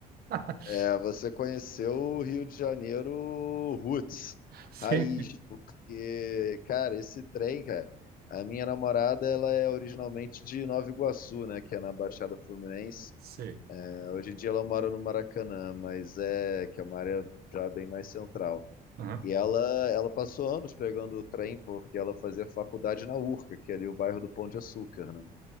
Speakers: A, on the right (about 65°); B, on the left (about 55°).
A: <laughs>
B: É, você conheceu o Rio de Janeiro roots,
A: Sim,
B: raiz,
A: sim,
B: porque, cara, esse trem, cara, a minha namorada, ela é originalmente de Nova Iguaçu, né, que é na Baixada Fluminense.
A: sei.
B: É, hoje em dia ela mora no Maracanã, mas é, que é uma área já bem mais central.
A: Aham,
B: E ela, ela passou anos pegando o trem porque ela fazia faculdade na Urca, que é ali o bairro do Pão de Açúcar, né?